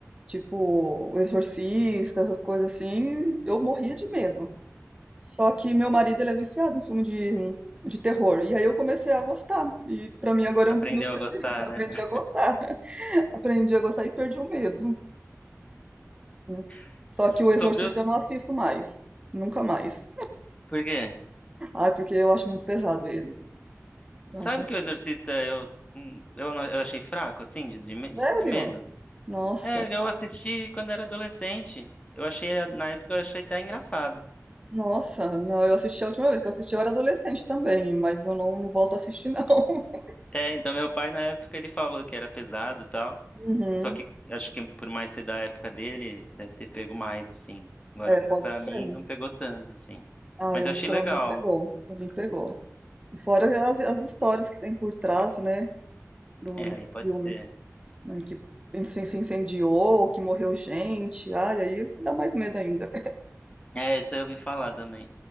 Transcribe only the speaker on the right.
Tipo, o exorcista, essas coisas assim, eu morria de medo. Só que meu marido, ele é viciado em filme de, de terror, e aí eu comecei a gostar, e pra mim agora
é um dos meus preferidos,
aprendi
a gostar, <laughs> aprendi a gostar e perdi o medo. né?
Só
que o exorcista
eu não assisto mais, nunca mais.
Ai, porque eu acho muito pesado ele. Eu
acho, um,
sério?
Nossa.
Nossa, não, eu assisti a última vez que eu assisti eu era adolescente também, mas eu não, não volto a assistir não. <laughs>
Uhum.
É, pode
ser.
Ah,
eu,
pra
mim pegou, pra mim pegou. E fora as, as histórias que tem por trás, né, do
filme,
né, que se, se incendiou, que morreu gente, ai, aí dá mais medo ainda.